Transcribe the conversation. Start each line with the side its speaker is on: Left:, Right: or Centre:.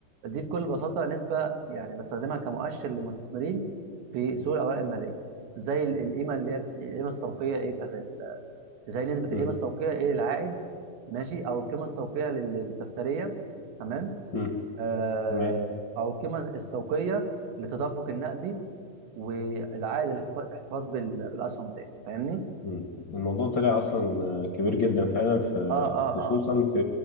Right: دي بكل بساطة نسبة يعني بستخدمها كمؤشر للمستثمرين في سوق الأوراق المالية زي ال- القيمة اللي هي بت- القيمة السوقية إيه بتاعت ال- زي نسبة
Left: مم.
Right: القيمة السوقية إيه للعائد ماشي أو القيمة السوقية لل- للدفترية تمام
Left: مم.
Right: آه
Left: تمام
Right: أو القيمة السوقية للتدفق النقدي والعائد الاحتفا- الاحتفاظ بال- بالأسهم دي فاهمني؟
Left: مم. الموضوع طلع اصلا آه، كبير جدا فعلا في
Right: آه آه
Left: خصوصا
Right: آه
Left: في